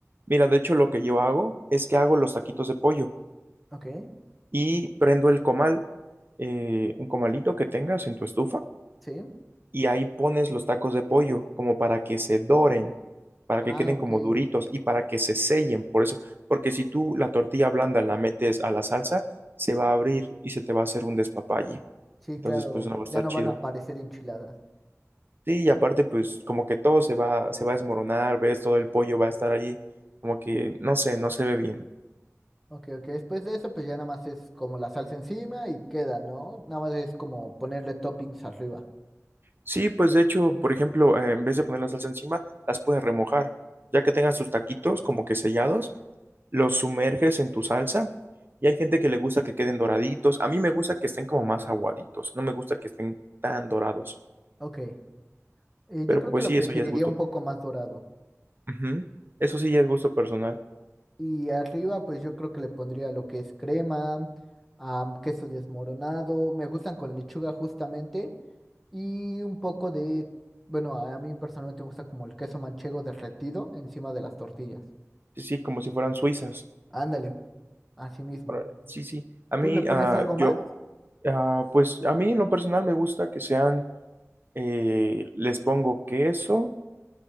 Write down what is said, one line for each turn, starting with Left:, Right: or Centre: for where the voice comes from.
Right: Mira, de hecho lo que yo hago es que hago los taquitos de pollo.
Centre: Ok,
Right: y prendo el comal, eh, un comalito que tengas en tu estufa,
Centre: sí.
Right: y ahí pones los tacos de pollo como para que se doren, para
Centre: Ah,
Right: que queden
Centre: ok.
Right: como duritos y para que se sellen, por eso, porque si tú la tortilla blanda la metes a la salsa, se va a abrir y se te va a hacer un despapalle.
Centre: Sí,
Right: Entonces,
Centre: claro,
Right: pues no va a estar
Centre: ya no
Right: chido.
Centre: van a aparecer enchiladas.
Right: Sí, y aparte, pues como que todo se va, se va a desmoronar, ves, todo el pollo va a estar ahí, como que, no sé, no se ve bien.
Centre: Ok, ok. Después de eso, pues ya nada más es como la salsa encima y queda, ¿no? Nada más es como ponerle toppings arriba.
Right: Sí, pues de hecho, por ejemplo, eh, en vez de poner la salsa encima, las puedes remojar. Ya que tengas tus taquitos como que sellados, los sumerges en tu salsa. Y hay gente que le gusta que queden doraditos. A mí me gusta que estén como más aguaditos. No me gusta que estén tan dorados.
Centre: Ok. eh,
Right: Pero
Centre: yo creo
Right: pues
Centre: que lo
Right: sí,
Centre: preferiría
Right: eso ya es gusto.
Centre: un poco más dorado.
Right: Ujú. Eso sí ya es gusto personal.
Centre: Y arriba, pues yo creo que le pondría lo que es crema, am, queso desmoronado. Me gustan con lechuga justamente. Y un poco de, bueno, a mí personalmente me gusta como el queso manchego derretido encima de las tortillas.
Right: Sí, sí, como si fueran suizas.
Centre: Ándale, así mismo.
Right: Ahora, Sí, sí. A
Centre: ¿Tú
Right: mí,
Centre: le pones
Right: ah,
Centre: algo más,
Right: yo, ah, pues a mí en lo personal me gusta que sean, eh, les pongo queso